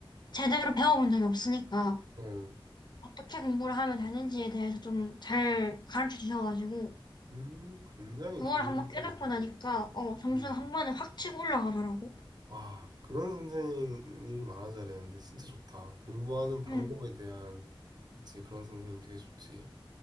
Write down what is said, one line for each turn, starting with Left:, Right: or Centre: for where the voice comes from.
Left: 제대로 배워본 적이 없으니까
Right: 어,
Left: 어떻게 공부를 하면 되는지에 대해서 좀 잘 가르쳐 주셔가지고
Right: 음, 굉장히
Left: 그걸
Right: 좋은
Left: 한번
Right: 부분이네.
Left: 깨닫고 나니까 어, 점수가
Right: 응.
Left: 한 번에 확 치고 올라가더라고.
Right: 와, 그런 선생님이 많아져야 되는데 진짜 좋다. 공부하는 방법에
Left: 응.
Right: 대한 그치 그런 선생님 되게 좋지.